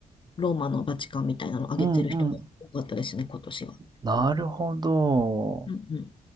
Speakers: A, on the left (about 30°); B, on the right (about 25°).
A: ローマのバチカンみたいなのを挙げてる人が多かったですね、
B: うんうん。
A: 今年は。
B: なるほど。
A: うんうん